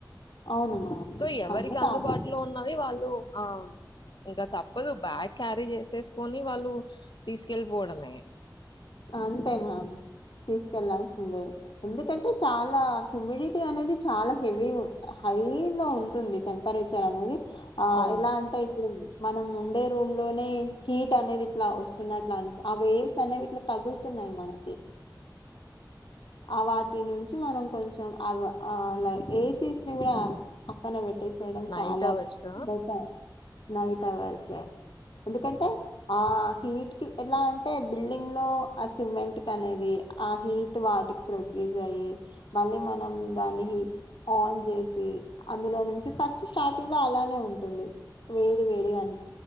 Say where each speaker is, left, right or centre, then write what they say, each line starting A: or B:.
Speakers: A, on the left (about 85°); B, on the left (about 70°).
A: అవును మ్యామ్
B: సో ఎవరికి
A: అన్ని
B: అందుబాటులో
A: కాపాడు
B: ఉన్నది వాళ్ళు ఆ ఇంకా తప్పదు బ్యాక్, క్యారీ చేసేసుకొని వాళ్ళు తీసుకెళ్ళిపోవడమె
A: అంతే మ్యామ్ తీసుకెళ్లాాల్సిందే ఎందుకంటే చాలా ఇమ్యూనిటీ అనేది చాలా హెవీ హై లో ఉంటుంది టెంపరేచర్ అనేది ఆ
B: అవును.
A: ఎలా అంటే ఇప్పుడు మనం ఉండే రూమ్ లోనే హీట్ అనేది ఇట్లా వస్తున్నట్ల అని ఆ వేయిమ్స్ అనేవి ఇట్లా, తగులుతున్నాయి మనకి
B: <unintelligible>
A: ఆ వాటి నుంచి మనం కొంచెం అ ఏసీ సినీ కూడా పక్కన పెట్ట, వేసేయడం
B: నైట్
A: చాలా
B: అవర్స్
A: బెట నైట్ అవర్స్ ఎందుకంటే ఆ హీట్ కి ఎలా అంటే బిల్డింగ్ లో ఆ సిమెంట్ కి అనేవి ఆ హీట్ వాటికి ప్రొడ్యూస్ అయ్యి మళ్ళీ మనం దాని హి ఆన్ చేసి అందులో నుంచి ఫస్ట్ స్టార్టింగ్ లో అలానే ఉంటుంది, వేడి వేడి అని